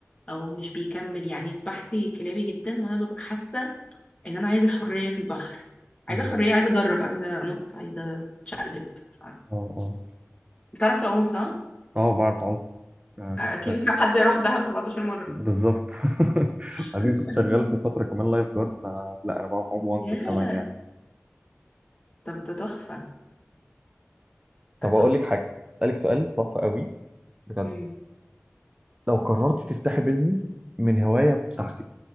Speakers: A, on the left; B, on the right.
A: او مش بيكمل يعني سباحتي كلابي جدا وانا ببقى حاسه ان انا عايزه حريه في البحر عايزه
B: اه
A: حريه عايزه اجرب عايزه انط عايزه اتشقلب ف-
B: اه اه
A: بتعرف تعوم صح
B: اه بعرف اعوم آه،
A: اكيد
B: شا-
A: حد راح دهب 17 مرة
B: بالظبط <laughs>
A: <laughs>
B: عشان كنت شغال في فتره كمان لايف جارد فلا انا بعرف اعوم وانقذ
A: ياه
B: كمان يعني
A: طب ده تحفه
B: طب
A: ده
B: اقول
A: تحفه
B: لك حاجه اسالك سؤال تحفه قوي بجد
A: مم.
B: لو قررت تفتحي بيزنس من هوايه بتاعتك